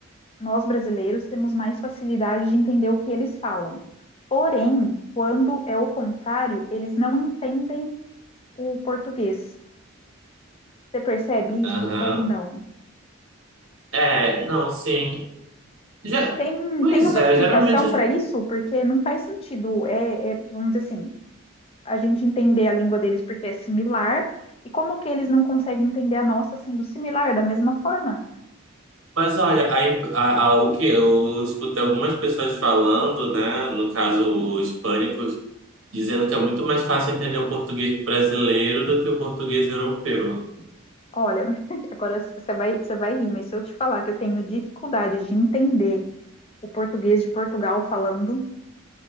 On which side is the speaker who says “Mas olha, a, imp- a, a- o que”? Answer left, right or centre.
Right